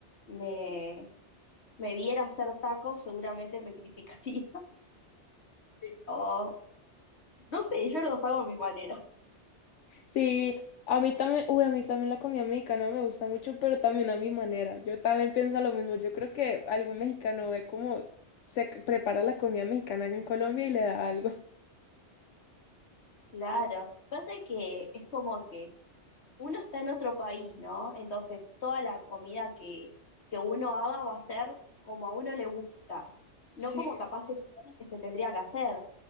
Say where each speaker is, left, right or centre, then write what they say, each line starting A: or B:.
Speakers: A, on the left; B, on the left.
A: me, me viera hacer tacos, seguramente me criticaría. <laughs> o no sé, yo los hago a mi manera.
B: Sí, a mí también, uy, a mí también la comida mexicana me gusta mucho, pero también a mi manera. Yo también pienso lo mismo. Yo creo que algún mexicano ve cómo se c- prepara la comida mexicana en Colombia y le da algo. <laughs>
A: Claro, pasa que es como que uno está en otro país, ¿no? Entonces, toda la comida que, que uno haga va a ser como a uno le gusta, no
B: Sí,
A: como capaz se supone que se tendría que hacer.